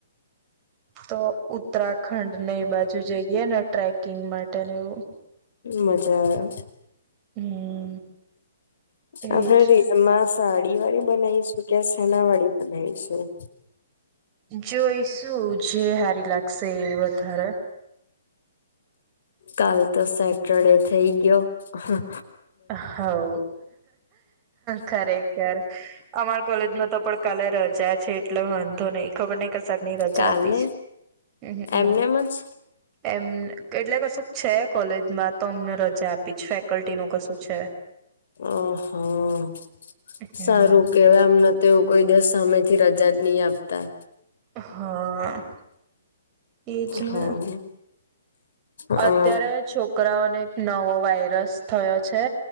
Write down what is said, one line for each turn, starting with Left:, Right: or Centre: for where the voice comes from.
Right: તો ઉત્તરાખંડને એ બાજુ જઇને ટ્રેકિંગ માટે ને એવુ
Left: મજા આવે.
Right: હમ એજ
Left: આપણે રીલમાં સાડી વાળી બનાવીશું કે સના વાળી બનાવીશું?
Right: જોઈશું જે સારી લાગશે એ વધારે.
Left: કાલ તો સેટરડે થઈ ગયો. હા.
Right: હોવ ખરેખર. અમારે કોલેજમાં તો પણ કાલે રજા છે એટલે વાંધો નહી ખબર નહિ કદાચ ની રજા
Left: કાલે
Right: આપી છે હમમ
Left: એમનેમ જ
Right: એમ એટલે કશું છે કોલેજમાં તો અમને રજા આપી જ ફેકલ્ટી નું કશું છે.
Left: અહા
Right: હમ.
Left: સારું કેવાય અમને તો નહીં તેઓ કોઈ દસ સમય થી રજા જ નહી આપતા.
Right: હા. એજ
Left: હા.
Right: ને
Left: હ.
Right: અત્યારે છોકરાઓને એક નવો વાયરસ થયો છે